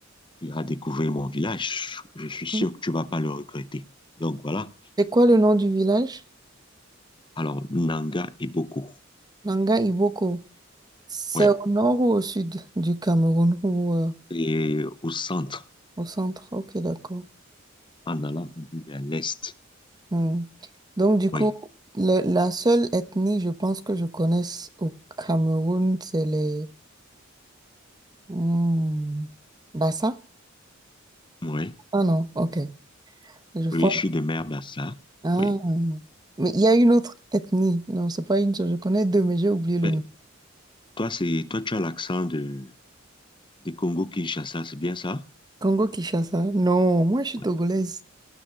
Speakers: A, on the left (about 25°); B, on the right (about 20°).
A: tu iras découvrir mon village. Je suis sûr
B: Mhm.
A: que tu vas pas le regretter. Donc voilà.
B: C'est quoi le nom du village?
A: Alors, Nanga et Boko.
B: Nanga Iboko. C'est
A: Ouais.
B: au nord ou au sud du Cameroun ou euh,
A: Et au centre,
B: au centre? Ok, d'accord.
A: en allant un peu vers l'est.
B: Hmm. Donc, du coup,
A: Oui.
B: le- la seule ethnie, je pense que je connaisse au Cameroun, c'est les... Hmm. Bassa?
A: Oui.
B: Ah non, ok. Je vois.
A: Oui, je suis de Mère-Bassa.
B: Ah.
A: Oui.
B: Mais il y a une autre ethnie. Non, c'est pas une seule. Je connais deux, mais j'ai oublié le
A: mais
B: nom.
A: toi, c'est, toi, tu as l'accent de, de Congo-Kinshasa, c'est bien ça?
B: Congo-Kinshasa? Non, moi, je suis
A: Ouais.
B: togolaise.